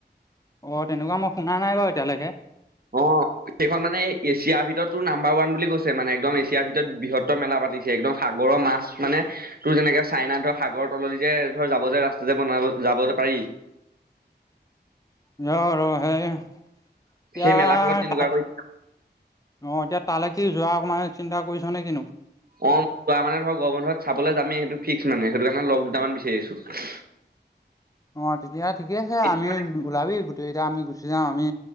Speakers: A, on the left (about 20°); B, on the right (about 55°).
A: অ তেনেকুৱা মই শুনা নাই বাৰু এতিয়ালৈকে।
B: অ সেইখন মানে এছিয়াৰ ভিতৰতো নাম্বাৰ ওৱান বুলি কৈছে মানে একদম এছিয়াৰ ভিতৰত বৃহত্তৰ মেলা পাতি <unintelligible> একদম সাগৰৰ মাছ মানে তোৰ যেনেকে চাইনাত ধৰ সাগৰৰ তলদি যে ধৰ যাব যে ৰাস্তা যে বনাব যাবযে পাৰি।
A: <unintelligible>
B: সেই মেলাখনত তেনেকুৱা কৰি
A: অ এতিয়া তালৈকে যোৱা অকমান চিন্তা কৰিছ নে কিনো?
B: অ তাৰ মানে ধৰ গৰম বন্ধত চাবলৈ যামেই সেইটো ফিক্স মানে, সেইটো কাৰণে লগ দুটামান বিচাৰি আছো।
A: অ তেতিয়া ঠিকে আছে
B: এতিয়া
A: আমি
B: মানে
A: ওলাবি গোটইকিটা আমি গুচি যাম, আমি